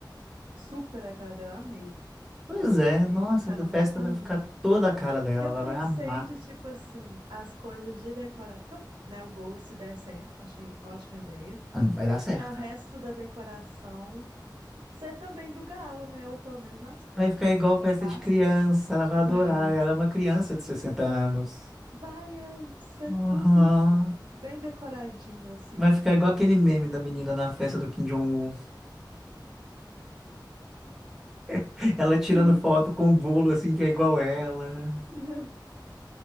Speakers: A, on the right (about 75°); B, in the centre.
A: Super a cara dela, amei.
B: Pois
A: Eu acho
B: é,
A: que
B: nossa,
A: a gente tá
B: essa
A: num
B: festa
A: bom caminho.
B: vai ficar toda a cara dela.
A: E eu
B: Ela
A: pensei
B: vai amar.
A: de tipo assim, as coisas de decorar, porque eu, né, o bolo se der certo, eu achei ótima ideia.
B: Ah, não vai dar certo,
A: E o resto
B: velho.
A: da decoração ser também do galo, né? Ou pelo menos nas cores.
B: Vai ficar
A: assim.
B: igual
A: É
B: festa
A: fácil?
B: de criança.
A: <laughs>
B: Ela vai
A: Vai.
B: adorar. Ela é uma criança de 60 anos.
A: Vai é, ser
B: Aham.
A: tudo bem decoradinho, assim.
B: Vai ficar igual aquele meme da menina na festa do Kim Jong-un. <laughs> Ela tirando
A: Sim.
B: foto com um bolo assim que é igual ela.
A: <laughs>